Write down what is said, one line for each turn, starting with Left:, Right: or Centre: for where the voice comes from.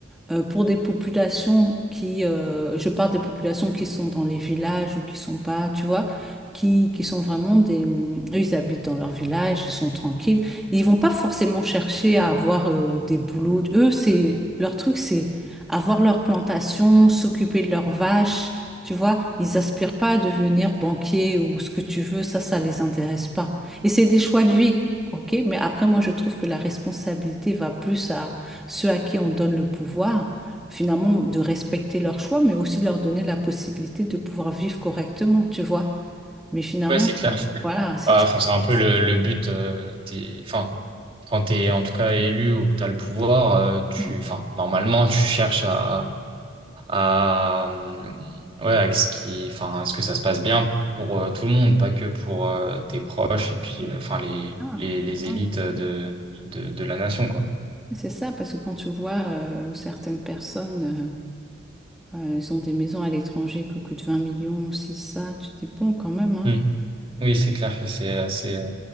Centre: euh, pour des populations qui, euh, je parle des populations qui sont dans les villages ou qui sont pas, tu vois, qui, qui sont vraiment des... Eux, ils habitent dans leur village, ils sont tranquilles. Ils vont pas forcément chercher à avoir euh, des boulots. Eux, c'est leur truc, c'est avoir leur plantation, s'occuper de leurs vaches tu vois, ils aspirent pas à devenir banquier ou ce que tu veux, ça, ça les intéresse pas. Et c'est des choix de vie, ok? Mais après, moi, je trouve que la responsabilité va plus à ceux à qui on donne le pouvoir, finalement, de respecter leurs choix, mais aussi de leur donner la possibilité de pouvoir vivre correctement, tu vois? Mais finalement,
Right: Ouais, c'est clair.
Centre: voilà, si
Right: Bah,
Centre: tu...
Right: enfin, c'est un peu le, le but, euh, t'es, enfin, quand t'es en tout cas élu ou que t'as le pouvoir, euh, tu,
Centre: Ouais.
Right: enfin, normalement, tu cherches à à, euh, ouais, à ce qui, enfin, à ce que ça se passe bien pour euh, tout le monde, pas que pour euh, tes proches et puis, euh, enfin, les,
Centre: Ah,
Right: les, les élites
Centre: ah.
Right: de, de, de la nation, quoi.
Centre: C'est ça, parce que quand tu vois euh, certaines personnes, euh, euh, ils ont des maisons à l'étranger qui coûtent 20 millions, si ça, tu te dis, bon, quand même, hein.
Right: Mm. Oui, c'est clair que c'est assez, euh,